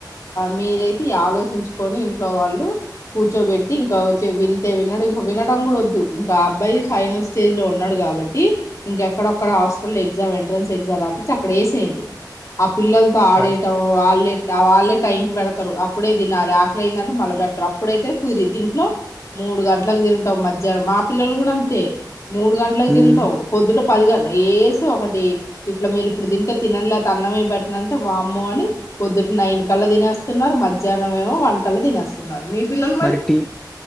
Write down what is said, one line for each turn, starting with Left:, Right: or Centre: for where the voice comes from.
Left: మీరైతే ఆలోచించుకొని ఇంట్లో వాళ్ళు కూర్చోబెట్టి ఇంకా వ వింటే విన్నాడు ఇంకా వినడం కూడా వద్దు ఇంకా అబ్బాయి ఫైనల్ స్టేజ్ లో ఉన్నాడు కాబట్టి ఇంకెక్కడక్కడ హాస్టల్ ఎగ్జామ్ ఎంట్రన్స్ ఎగ్జామ్ రాపిచ్చి అక్కడేయండి పిల్లలతో ఆడే
Centre: అది
Left: వాళ్ళే వాళ్ళే టైం కి పెడతారు అప్పుడే తినాలి ఆకలి అయిందంటే మళ్ళా బెట్టరు అప్పుడైతే కుదిరి దీంట్లో మూడు గంటలకు తింటాం మధ్యాహ్నం మా పిల్లలు కూడా అంతే మూడు గంటలకు
Centre: ఉమ్
Left: తింటాం పొద్దుట పదిగాంట వేసి ఒకటి ఇట్లా మీరు ఇప్పుడు తింటే తినండి లేకపోతే అన్నమే పెట్టను అంటే వా అమ్మో అని పొద్దుటి నైన్ కళ్ళ తినేస్తున్నారు మధ్యాహ్నం ఏమో వన్ కళ్ళ తినేస్తున్నారు మీ పిల్లలు
Centre: మరి టీ